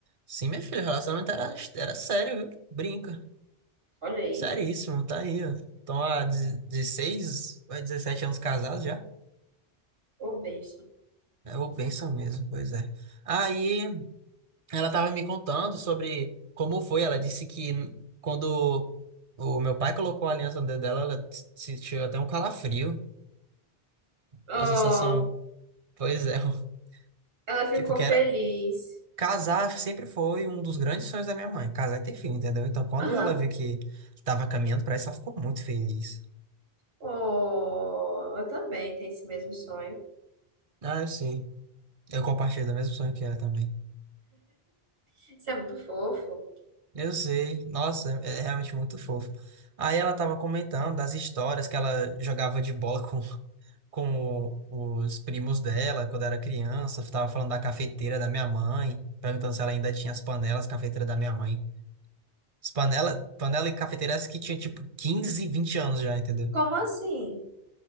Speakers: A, on the right; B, on the right.
A: Sim, meu filho. o relacionamento era, era sério, viu? Brinca.
B: Olha aí,
A: Seríssimo, tá aí, ó. Estão há 16 ou é 17 anos casados já.
B: ô bênção.
A: É o benção mesmo, pois é. Aí ela tava me contando sobre como foi. Ela disse que quando o meu pai colocou a aliança no dedo dela, ela t- sentiu até um calafrio.
B: Oh,
A: Uma sensação, pois é, <laughs>
B: Ela ficou
A: que- porque
B: feliz.
A: era. Casar sempre foi um dos grandes sonhos da minha mãe, casar e ter filho, entendeu? Então, quando
B: Aham.
A: ela viu que tava caminhando pra isso, ela ficou muito feliz.
B: Oh, eu também tenho esse mesmo sonho.
A: Ah, eu sei. Eu compartilho do mesmo sonho que ela também.
B: Isso é muito fofo.
A: Eu sei, nossa, é é realmente muito fofo. Aí ela tava comentando das histórias que ela jogava de bola com, <laughs> com o- os primos dela quando era criança. Tava falando da cafeteira da minha mãe, perguntando se ela ainda tinha as panelas, cafeteira da minha mãe. As panela, panela e cafeteira essa que tinha tipo 15, 20 anos já, entendeu?
B: Como assim?